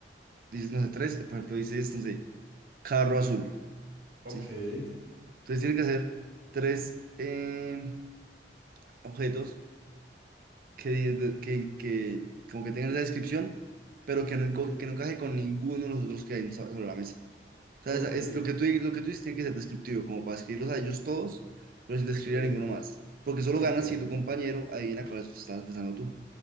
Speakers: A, on the right (about 55°); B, on the right (about 80°).
A: dices, no sé, tres, por ejemplo, dices, no sé, carro azul,
B: ok,
A: ¿sí? Entonces tienes que hacer tres em, objetos que, di- que, que como que tengan esa descripción, pero que no, enco-
B: sí,
A: que no encaje con ninguno de los otros que hay so- sobre la mesa. sea,
B: ok,
A: es, es lo que tú, lo que tú dices tiene que ser descriptivo, como para escribirlos a ellos todos, pero sin
B: ok,
A: describir a ninguno más. Porque solo
B: ok,
A: ganas si tu compañero adivina cuál es estabas pensando tú.